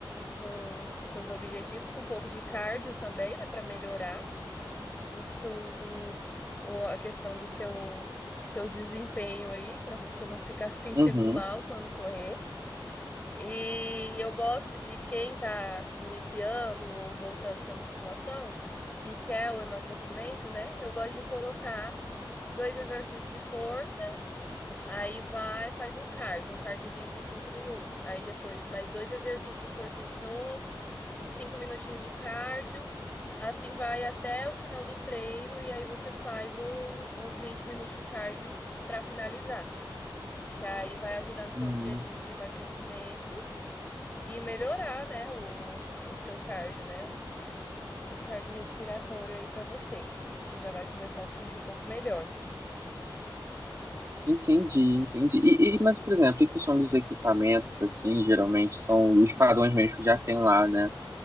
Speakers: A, on the left; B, on the right.
A: com seus objetivos, com um pouco de cardio também, né, para melhorar o seu, o, o- a questão do seu, seu desempenho aí, para você não ficar se sentindo
B: Uhum.
A: mal quando correr. E eu gosto de quem tá iniciando ou voltando para musculação e quer o emagrecimento, né? Eu gosto de colocar dois exercícios de força Aí vai, faz um cardio, um cardiozinho de cinco minutos. Aí depois mais dois exercícios de força de novo, cinco minutinhos de cardio. Assim vai até o final do treino e aí você faz um- uns 20 minutos de cardio para finalizar, que aí vai ajudar no seu
B: Hum.
A: objetivo de emagrecimento e melhorar, né, o, o seu cardio, né? O cardio respiratório aí para você. Você já vai começar a se sentir um pouco melhor.
B: Entendi, entendi. E, e- mas, por exemplo, em questão dos equipamentos, assim, geralmente são os padrões mesmo que já tem lá, né?